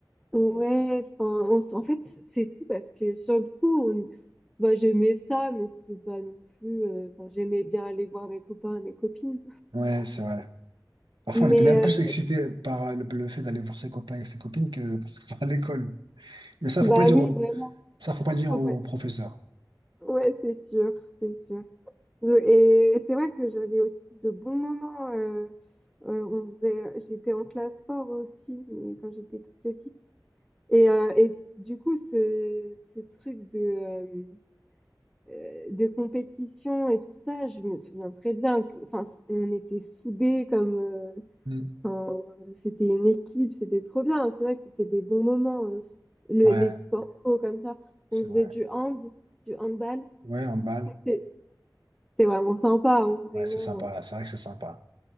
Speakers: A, in the centre; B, on the right (about 75°).
A: Ouais, enfin, on s- en fait, c'est fou parce que sur le coup, on- bah, j'aimais ça, mais c'était pas non plus. euh, enfin, j'aimais bien aller voir mes copains et mes copines.
B: Ouais, c'est vrai. Parfois,
A: Mais,
B: on était même plus excité par euh, le, le fait d'aller voir ses copains et ses copines que <laughs> par l'école. Mais ça,
A: euh,
B: faut
A: bah
B: pas le dire
A: oui,
B: au,
A: voilà.
B: ça, faut pas le dire
A: faut
B: aux
A: pas-
B: professeurs.
A: Ouais, c'est sûr, c'est sûr. Et c'est vrai que j'avais aussi de bons moments. euh, Euh, on faisait, j'étais en classe sport aussi, mais quand j'étais toute petite. Et, euh, et c- du coup, ce, ce truc de, euh, euh, de compétition et tout ça, je me souviens très bien que, enfin, c- on était soudés comme, euh,
B: Mm.
A: enfin, c'était une équipe, c'était trop bien. C'est vrai que c'était des bons moments, euh, s- le-
B: Ouais,
A: les sports co comme ça.
B: c'est
A: On faisait
B: vrai.
A: du hand, du handball.
B: Ouais, on balle.
A: C'est c'était vraiment sympa, hein, vraiment.
B: Ouais, c'est sympa.
A: euh.
B: C'est vrai que c'est sympa.